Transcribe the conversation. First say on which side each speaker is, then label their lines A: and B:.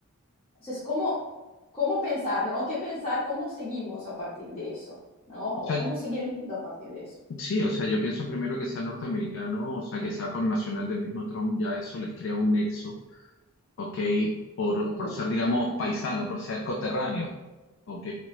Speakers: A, on the left; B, on the left.
A: Entonces, ¿cómo, cómo pensar, ¿no? ¿Qué pensar? ¿Cómo seguimos a partir de eso? ¿No?
B: O
A: ¿O
B: sea,
A: cómo sigue el mundo a partir de eso?
B: sí, o sea, yo pienso primero que sea norteamericano, o sea, que sea con nacional del mismo Trump, ya eso les crea un nexo, ¿ok? Por,
A: Sin
B: por
A: duda.
B: ser, digamos, paisano, por ser coterráneo, ¿ok?